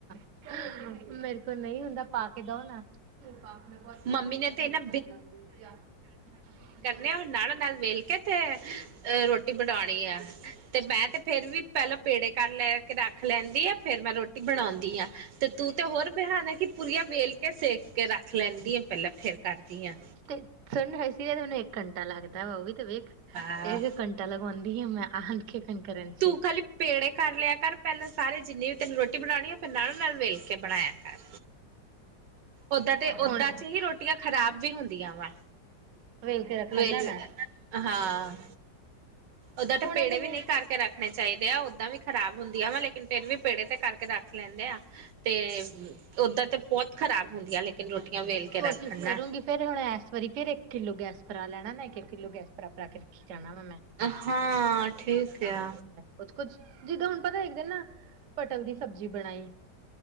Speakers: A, on the right (about 60°); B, on the right (about 75°).
A: ਮੇਰੇ ਕੋਲੋ ਨਹੀਂ ਹੁੰਦਾ ਪਾ ਕੇ ਦਓ ਨਾ, ਧੂਪ ਬਹੁਤ ਤੰਗ
B: ਮੰਮੀ
A: ਕੀਤਾ
B: ਨੇ
A: ਲੈ
B: ਤੇ ਇਨਾ
A: ਲੱਗ। <unintelligible>
B: ਨਹੀਂ ਉਹ ਨਾਲੋਂ ਨਾਲ ਵੇਲ ਕੇ ਤੇ ਅ ਰੋਟੀ ਬਣਾਉਣੀ ਆ, ਤੇ ਮੈਂ ਤੇ ਫੇਿਰ ਵੀ ਪਹਿਲਾਂ ਪੇੜੇ ਕਰ ਲੈ ਕੇ ਰੱਖ ਲੈਂਦੀ ਆ, ਫੇਰ ਮੈਂ ਰੋਟੀ ਬਣਾਉਂਦੀ ਆ। ਤੇ ਤੂੰ ਤੇ ਹੋਰ ਬੇਹਾਨੇ ਕਿ ਪੁੂਰੀਆਂ ਵੇਲ ਕੇ ਸੇਕ ਕੇ ਰੱਖ ਲੈਂਦੀ ਆ, ਪਹਿਲਾਂ ਫੇਰ ਕਰਦੀ ਆ।
A: ਤੇ ਸੁਣ ਹੱਸੀ ਵੀ ਤੁਹਾਨੂੰ ਇੱਕ ਘੰਟਾ ਲੱਗਦਾ ਵਾ ਉਹ ਵੀ ਤੇ ਵੇਖ ਇੱਕ
B: ਵਾਹ
A: ਘੰਟਾ, ਘੰਟਾ ਲਗਾਉਂਦੀ ਹਾ <unintelligible> ਮੈਂ ਆਹ। ਖੇਖਣ ਕਰਨ। ਚ
B: ਤੂੰ ਖਾਲੀ। ਪੇੜੇ ਕਰ ਲਿਆ ਕਰ ਪੈਹਿਲੋ ਸਾਰੇ ਜਿੰਨੀ ਵੀ ਤੈਨੂੰ ਰੋਟੀ ਬਣਾਣੀ ਆ, ਫਿਰ ਨਾਲੋਂ ਨਾਲ ਵੇਲ ਕੇ ਬਣਾਇਆ ਕਰ। ਓਦਾਂ ਤੇ ਓਦਾਂ‌‌
A: ਹੁਣ
B: ‌ ਚ ਹੀ ਰੋਟੀਆਂ ਖ਼ਰਾਬ ਵੀ ਹੁੰਦੀਆਂ ਵਾ
A: ਵੇਲ ਕੇ ਰੱਖਣ
B: ਵੇਲ
A: ਨਾ ਨਾ
B: ਆ ਹਾਂ। ਓਦਾਂ ਤੇ
A: ਹੁਣ
B: ਪੇੜੇ
A: ਇਹਦੇ ਲਈ
B: ਵੀ ਨਈ ਕਰਕੇ ਰੱਖਣੇ ਚਾਈਦੇ ਆ, ਓਦਾਂ ਵੀ ਖਰਾਬ ਹੁੰਦੀ ਆ, ਵਾ, ਲੇਕਿਨ ਫਿਰ ਵੀ ਪੇੜੇ ਤੇ ਕਰਕੇ- ਰੱਖ ਲੈਂਦੇ ਆ ਤੇ ਓਦਾਂ ਤੇ ਬੋਤ ਖਰਾਬ ਹੁੰਦੀਆਂ ਲੇਕਿਨ ਰੋਟੀਆਂ ਵੇਲ ਕੇ।
A: ਕੋਸ਼ਿਸ਼
B: ਰੱਖਣ
A: ਕਰੂੰਗੀ
B: ਨਾਲ
A: ਫੇਰ ਹੁਣ ਏਸ ਵਰੀ ਫੇਰ ਇੱਕ ਕਿੱਲੋ ਗੈਸ ਭਰਾ ਲੈਣਾ ਨਾ ਇੱਕ- ਇੱਕ ਕਿੱਲੋ ਗੈਸ ਭਰਾ-ਭਰਾ ਕੇ। ਕੀ ਕਹਿਣਾ ਵਾ ਮੈ?
B: ਅਹ ਹਾਂ ਠੀਕ ਆ।
A: ਕੁਜ- ਕੁਜ ਜਿੱਦਾਂ ਹੁਣ ਪਤਾ ਇੱਕ ਦਿਨ ਨਾ ਪਟਲ ਦੀ ਸਬਜ਼ੀ ਬਣਾਈ।